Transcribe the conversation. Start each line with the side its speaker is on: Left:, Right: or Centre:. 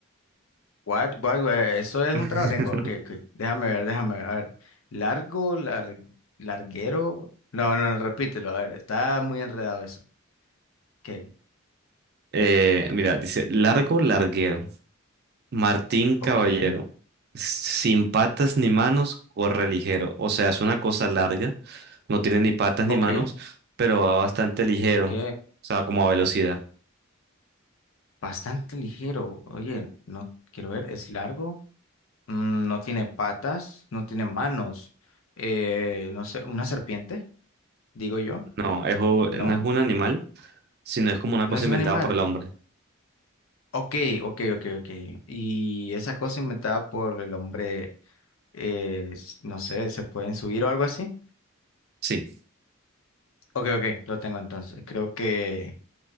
Left: What, what, what? Eso es
Right: <laughs>
Left: un trabalengua, ok, ok, déjame ver, déjame ver, a ver. Largo, lar- larguero. No, no, no, repítelo, a ver, está muy enredado eso. Ok,
Right: Eh, mira, dice: Largo larguero. Martín Caballero.
Left: ok,
Right: Sin patas ni manos, corre ligero. O sea, es una cosa larga. No tiene ni patas
Left: ok,
Right: ni manos, pero va bastante ligero.
Left: ok.
Right: O sea, como a velocidad.
Left: Bastante ligero, oye, no quiero ver, es largo. Mm, No tiene patas, no tiene manos. Eh, no sé, una serpiente, digo yo.
Right: No, es, u-
Left: No,
Right: no es un animal, sino es como una
Left: no
Right: cosa
Left: es
Right: inventada
Left: un animal.
Right: por el hombre.
Left: Ok, ok, ok, ok. Y esa cosa inventada por el hombre, eh, s- no sé, ¿se pueden subir o algo así?
Right: Sí,
Left: Ok, ok, lo tengo entonces. Creo que